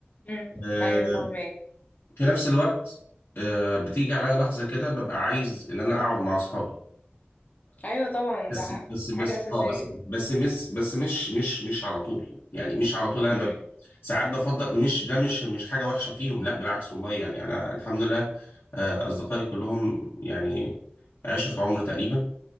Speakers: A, on the left; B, on the left.
A: امم
B: آه،
A: ايوه فاهماك
B: في نفس الوقت آه، بتيجي عليا لحظة كده ببقى عايز إن أنا أقعد مع أصحابي
A: ايوه طبعا
B: بس
A: ده ح-
B: بس بس
A: حاجة اساسية
B: اه بس بس مش بس مش مش مش على طول يعني مش على طول انا
A: امم
B: بب... ساعات بفضل مش ده مش مش حاجه وحشه فيهم لا بالعكس والله يعني انا الحمد لله آه، اصدقائي كلهم يعني عشره عمر تقريبا